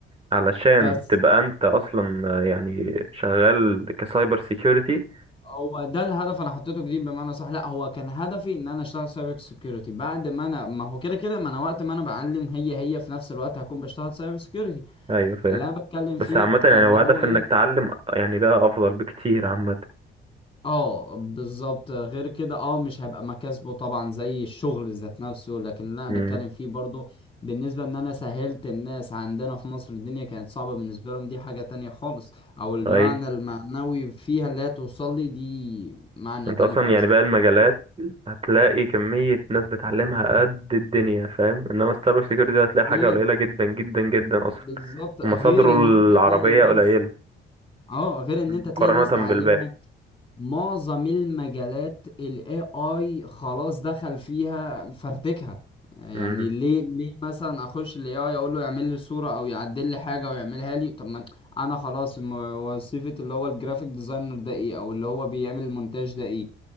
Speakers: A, on the right; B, on the left.
A: علشان
B: بس
A: تبقى انت اصلا آه، يعني شغال كسايبر سيكيورتي
B: هو ده الهدف انا حطيته جديد بمعنى صح لا هو كان هدفي ان انا اشتغل سايبر سيكيورتي بعد ما انا ما هو كده كده ما انا وقت ما انا بعلم هي هي في نفس الوقت هكون بشتغل سايبر سيكيورتي
A: ايوه فاهم
B: اللي انا بتكلم
A: بس
B: فيه
A: عامة يعني
B: ان
A: هو
B: هو
A: هدف
B: ايه
A: انك تعلم يعني ده افضل بكتير عامة
B: اه بالظبط غير كده اه مش هيبقى مكاسبه طبعا زي الشغل ذات نفسه لكن اللي انا
A: امم
B: بتكلم فيه برضو بالنسبة ان انا سهلت الناس عندنا في مصر الدنيا كانت صعبة بالنسبة لهم دي حاجة تانية خالص او المعنى
A: اي
B: المعنوي فيها اللي هي توصل لي دي معنى
A: انت
B: تاني
A: اصلا
B: خالص
A: يعني باقي المجالات هتلاقي كمية ناس بتعلمها قد الدنيا فاهم انما السايبر سيكيورتي ده هتلاقي حاجة
B: غير
A: قليلة جدا جدا جدا اصلا
B: بالظبط غير
A: ومصادره العربية
B: ان انت تلاقي ناس
A: قليلة
B: اه غير ان انت
A: مقارنة
B: تلاقي ناس تعلمها
A: بالباقي
B: معظم المجالات الاي اي خلاص دخل فيها فرتكها يعني
A: امم
B: ليه ليه مثلا اخش الاي اي اقول له يعمل لي صورة او يعدل لي حاجة ويعملها لي طب ما أنا انا خلاص م- وظيفة اللي هو الجرافيك ديزاينر ده ايه او اللي هو بيعمل المونتاج ده ايه